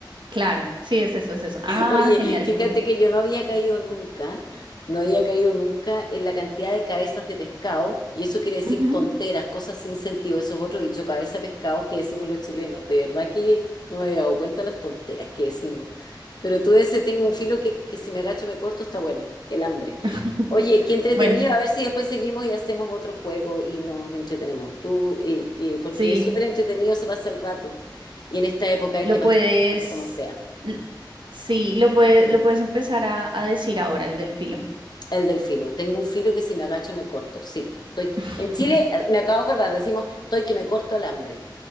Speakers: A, on the right (about 75°); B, on the left (about 60°).
A: Claro, sí, es eso, es eso. Ah,
B: Oye,
A: genial,
B: fíjate
A: genial.
B: que yo no había caído nunca, no había caído nunca en la cantidad de cabezas de pescado, y eso quiere decir
A: Ujú.
B: tonteras, cosas sin sentido, eso es otro dicho, cabeza de pescado que decimos los chilenos. De verdad que no me había dado cuenta de las tonteras que decimos. Pero tú ese tengo un filo que, que si me agacho me corto, está bueno, el hambre.
A: <laughs>
B: Oye, qué entretenido,
A: Bueno,
B: a ver si después seguimos y hacemos otro juego y nos entretenemos tú, y, y- porque
A: sí,
B: es súper entretenido, se pasa el rato, y en esta época hay
A: lo
B: que pasar
A: puedes,
B: el rato como sea.
A: l- sí, lo puedes, lo puedes empezar a, a decir ahora, el del filo.
B: El del filo. Tengo un filo que si me agacho me corto. Sí. Estoy...
A: <laughs>
B: En Chile, eh, me acabo de acordar, decimos, estoy que me corto el hambre.